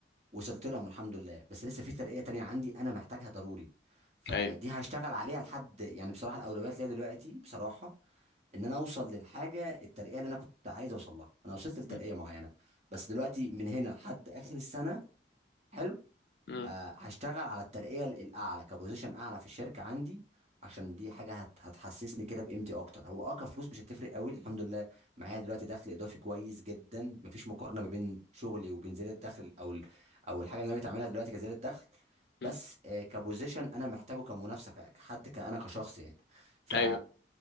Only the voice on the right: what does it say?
وصلت لهم الحمد لله بس لسه في ترقيه تانية عندي انا محتاجها ضروري فدي
هشتغل عليها لحد يعني بصراحه الاولويات ليا دلوقتي بصراحه ان انا اوصل للحاجه الترقيه اللي انا كنت عايز اوصل لها انا وصلت لترقيه
معينه بس دلوقتي من هنا لحد اخر السنه حلو
آه، هشتغل على الترقية الأعلى كبوزيشن أعلى في الشركة عندي عشان دي حاجة هت- هتحسسني كده بقيمتي أكتر هو أه كفلوس مش هتفرق قوي الحمد لله معايا دلوقتي دخل إضافي كويس جدا مفيش مقارنة ما بين شغلي وبين زيادة الدخل أو ال- أو الحاجة اللي أنا بتعملها دلوقتي كزيادة دخل
بس آه، كبوزيشن أنا محتاجه كمنافسة ك- كحد ك- أنا كشخص يعني ف